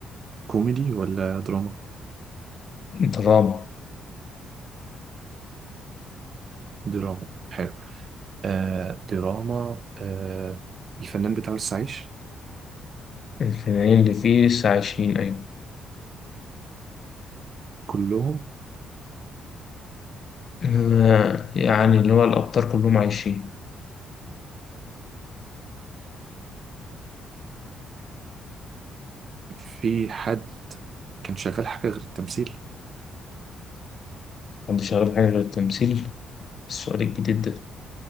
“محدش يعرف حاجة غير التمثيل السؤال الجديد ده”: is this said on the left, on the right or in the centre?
Left